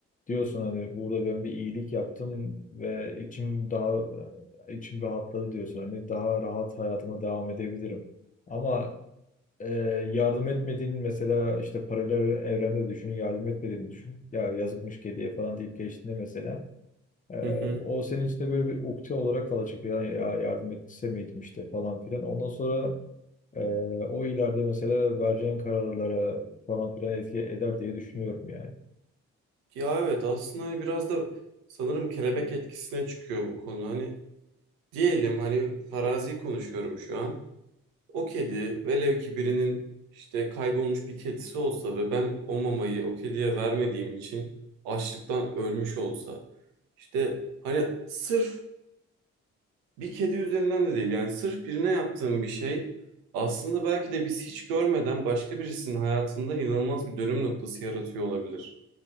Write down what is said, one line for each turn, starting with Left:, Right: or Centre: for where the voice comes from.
Left: diyorsun hani burada ben bir iyilik yaptım ve içim daha içim rahatladı diyorsun. Hani daha rahat hayatıma devam edebilirim. Ama ee, yardım etmediğin mesela işte paralel evrende düşün, yardım etmediğini düşün. Ya yazıkmış kediye falan deyip geçtiğinde mesela e,
Right: Hı hı.
Left: o senin içinde böyle bir ukde olarak kalacak. Yani ya yardım etse miydim işte falan filan. Ondan sonra e, o ileride mesela vereceğin kararlara falan filan etki eder diye düşünüyorum yani.
Right: Ya evet aslında hani biraz da sanırım kelebek etkisine çıkıyor bu konu. Hani diyelim hani farazi konuşuyorum şu an. O kedi velev ki birinin işte kaybolmuş bir kedisi olsa ve ben o mamayı o kediye vermediğim için açlıktan ölmüş olsa. işte hani sırf bir kedi üzerinden de değil yani sırf birine yaptığım bir şey aslında belki de biz hiç görmeden başka birisinin hayatında inanılmaz bir dönüm noktası yaratıyor olabilir.